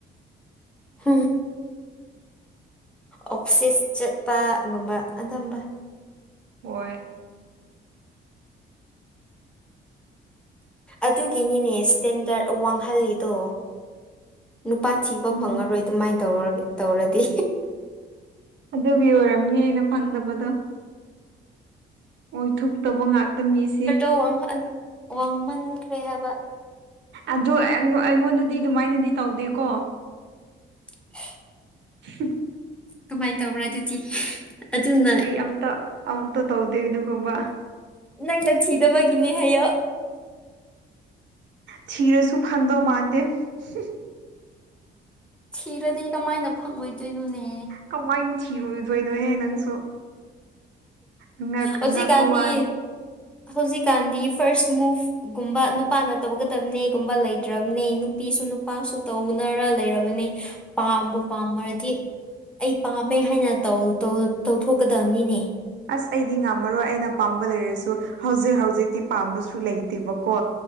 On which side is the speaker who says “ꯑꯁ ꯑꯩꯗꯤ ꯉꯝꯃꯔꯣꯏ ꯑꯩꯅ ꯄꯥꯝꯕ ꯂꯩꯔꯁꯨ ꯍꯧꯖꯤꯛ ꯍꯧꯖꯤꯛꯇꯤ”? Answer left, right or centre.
Right